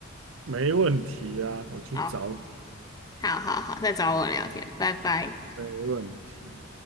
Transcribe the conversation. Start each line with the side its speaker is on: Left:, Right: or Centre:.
Right: 没问题啊，我去找，
Left: 好，好，好，好，再找我聊天，拜拜。
Right: 没问题。